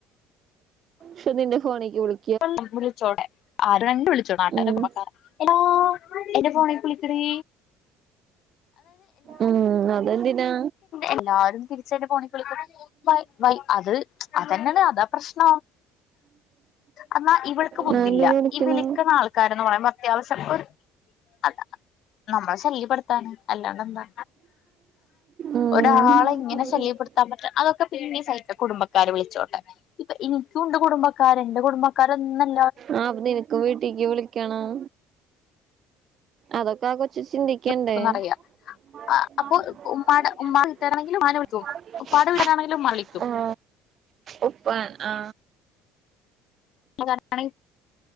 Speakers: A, on the right; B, on the left.
A: സുമിന്റെ ഫോണിക്ക് വിളി
B: ഒന്ന് വിളിച്ചോട്ടെ ആരണ്ട് വിളിച്ചോ നാട്ടാരൊ
A: ഉം
B: കുടുമ്പക്കാര എടാ എന്റെ ഫോണേക്ക്‌ വിളി എടീ
A: ഉം അതെന്തിനാ
B: എല്ലാരും തിരിച്ചട് പോണിക്ക് വിളിക്കും വൈ അത് അതന്നെണ് അതാ പ്രശ്നം എന്നാ ഇവൾക്ക് ബുദ്ധില്ല
A: ഞാൻ എന്തിന് വിളിക്കണം
B: ഈ വിളിക്ക് ണ ആൾക്കാരന്ന് പറയുമ്പോ അത്യാവശ്യം ഒര് അല്ലാ നമ്മളെ ശല്യപ്പെട് ത്താണ് അല്ലാണ്ടെന്താ
A: ഉം
B: ഒരാളെ ഇങ്ങനെ ശല്യപ്പെടുത്താൻ പറ്റ അതൊക്കെ പിന്നേം സഹിക്കും കുടുംബക്കാര് വിളിച്ചോട്ടെ ഇപ്പൊ എനിക്കുംണ്ട് കുടുംബക്കാര് എന്റെ കുടുംബ ക്കാരൊന്ന്ണ്ട്
A: ആ പ്പൊ നിനക്കും വീട്ടിക്ക് വിളിക്കണം അതൊക്കെ ആ കൊച് ക്കണ്ടേ
B: വിളിക്കുന്നറിയാ
A: <unintelligible>
B: അപ്പൊ ഉമ്മാടെ ഉമ്മാ വീട്ടാരാണെങ്കിലും ഉമ്മാനെ വിളിക്കും ഉപ്പാടെ വീട്ടാരാണെങ്കിലും ഉമ്മാനെ വിളിക്കും
A: ഉപ്പാൻ ആ
B: <unintelligible> അ